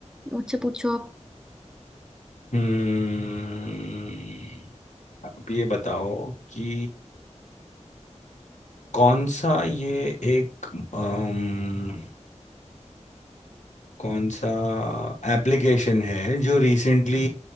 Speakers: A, in the centre; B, on the left.
A: मुझसे पूछो आप
B: हम्म अब ये बताओ कि कौन सा ये एक अम, कौन सा एप्लीकेशन है जो रिसेंटली